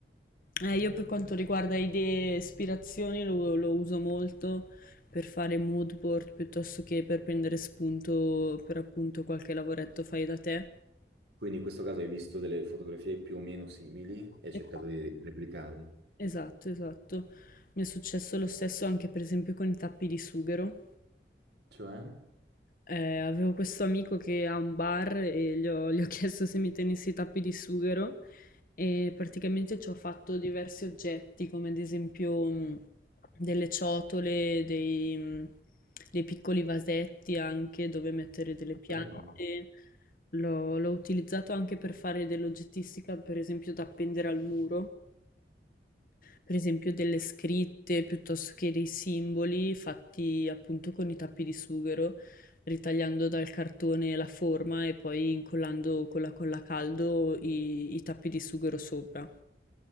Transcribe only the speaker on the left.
Eh, io per quanto riguarda idee e ispirazioni lo, lo uso molto per fare mood board piuttosto che per prendere spunto per appunto qualche lavoretto fai da te.
Eh,
Esatto, esatto. Mi è successo lo stesso anche per esempio con i tappi di sughero.
Eh, avevo questo amico che ha un bar e gli ho, gli ho <laughs> chiesto se mi tenessi i tappi di sughero e praticamente ci ho fatto diversi oggetti, come ad esempio mh, delle ciotole, dei, mh, dei piccoli vasetti anche dove mettere delle piante.
L'ho l'ho utilizzato anche per fare dell'oggettistica, per esempio da appendere al muro, per esempio delle scritte piuttosto che dei simboli fatti appunto con i tappi di sughero, ritagliando dal cartone la forma e poi incollando con la colla a caldo i, i tappi di sughero sopra.